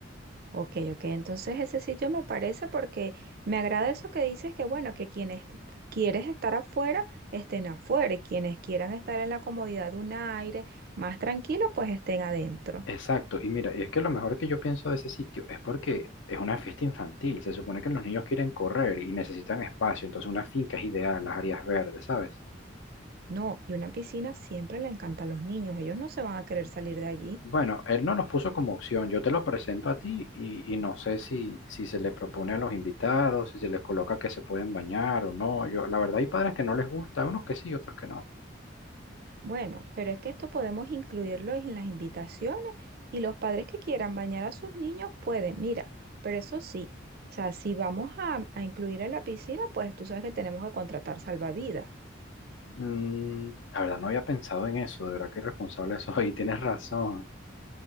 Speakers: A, on the right; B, on the left.
A: Ok, ok, entonces ese sitio me parece porque me agrada eso que dices que bueno, que quienes quieres estar afuera, estén afuera y quienes quieran estar en la comodidad de un aire más tranquilo, pues estén adentro.
B: Exacto. Y mira, es que lo mejor que yo pienso de ese sitio es porque es una fiesta infantil. Se supone que los niños quieren correr y necesitan espacio, entonces una finca es ideal, las áreas verdes, ¿sabes?
A: No, y una piscina siempre le encanta a los niños, ellos no se van a querer salir de allí.
B: Bueno, él no nos puso como opción, yo te lo presento a ti y, y no sé si, si se le propone a los invitados, si se les coloca que se pueden bañar o no. Yo, la verdad hay padres que no les gusta, unos que sí, otros que no.
A: Bueno, pero es que esto podemos incluirlo en las invitaciones y los padres que quieran bañar a sus niños pueden, mira, pero eso sí, o sea, si vamos a, a incluir en la piscina, pues tú sabes que tenemos que contratar salvavidas.
B: Mm, la verdad no había pensado en eso, de verdad que irresponsable soy, <laughs> tienes razón.